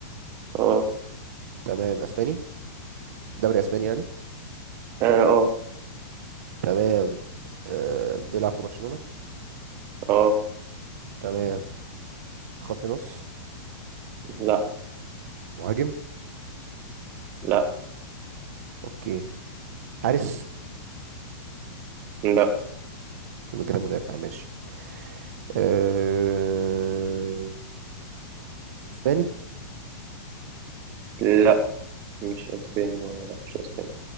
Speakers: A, on the right (about 20°); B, on the right (about 45°).
A: اه
B: تمام اسباني دوري اسباني يعني
A: اه اه
B: تمام آه بيلعب في برشلونة
A: آه.
B: تمام خط نص
A: لا
B: مهاجم
A: لا
B: اوكي حارس
A: لا
B: يبقى كده مدافع ماشي آه اسباني
A: لا مش اسباني هو لا مش اسباني